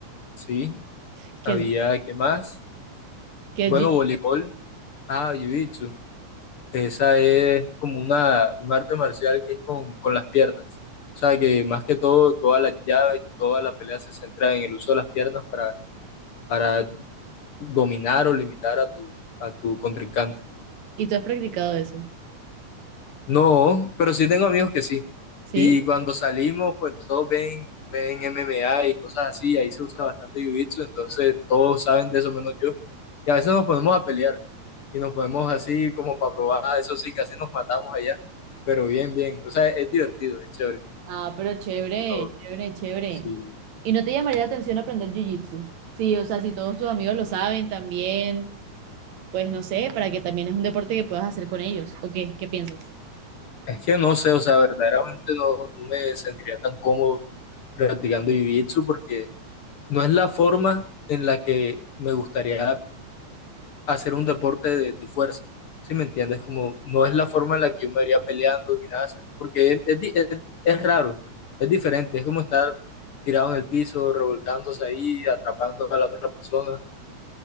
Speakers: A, on the left (about 60°); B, on the right (about 65°).
A: sí,
B: <laughs> ¿qué
A: había,
B: es,
A: ¿qué más?
B: qué
A: Bueno,
B: es jiu-jitsu?
A: voleibol, ah, jiu-jitsu, esa es como una, un arte marcial que es con, con las piernas. O sea, que más que todo, todas las llaves y toda la pelea se centra en el uso de las piernas para, para dominar o limitar a tu, a tu contrincante.
B: ¿Y tú has practicado eso?
A: No, pero sí tengo amigos que sí.
B: ¿Sí?
A: Y cuando salimos, pues todos ven, ven MMA y cosas así, ahí se usa bastante jiu-jitsu, entonces todos saben de eso menos yo. Y a veces nos ponemos a pelear. y nos ponemos así como para probar, eso sí, casi nos matamos allá, pero bien, bien, o sea, es divertido, es chévere.
B: Ah, pero chévere,
A: No,
B: chévere, chévere.
A: sí.
B: ¿Y no te llamaría la atención aprender jiu-jitsu? Sí, o sea, si todos tus amigos lo saben también, pues no sé, para que también es un deporte que puedas hacer con ellos, ¿o qué? ¿Qué piensas?
A: Es que no sé, o sea, verdaderamente no, no me sentiría tan cómodo practicando jiu-jitsu porque no es la forma en la que me gustaría hacer un deporte de, de fuerza, ¿sí me entiendes? Como no es la forma en la que yo me vería peleando ni nada, sino porque es, es di- es- es raro, es diferente, es como estar tirado en el piso, revolcándose ahí, atrapando a la otra persona